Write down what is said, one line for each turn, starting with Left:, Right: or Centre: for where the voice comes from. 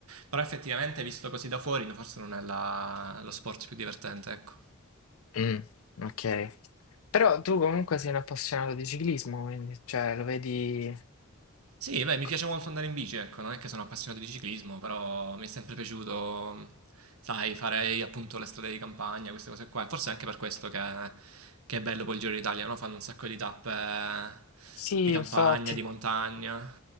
Right: Però effettivamente, visto così da fuori, forse non è la- lo sport più divertente, ecco.
Left: Mh, okay. Però tu comunque sei un appassionato di ciclismo, quindi cioè lo vedi
Right: Sì, beh, mi
Left: Co
Right: piace molto andare in bici, ecco, non è che sono appassionato di ciclismo, però mi è sempre piaciuto, mh, sai, fare appunto le strade di campagna, queste cose qua. E Forse è anche per questo che, che è bello poi il Giro d'Italia, no? Fanno un sacco di tappe
Left: sì,
Right: di campagna,
Left: infatti.
Right: di montagna.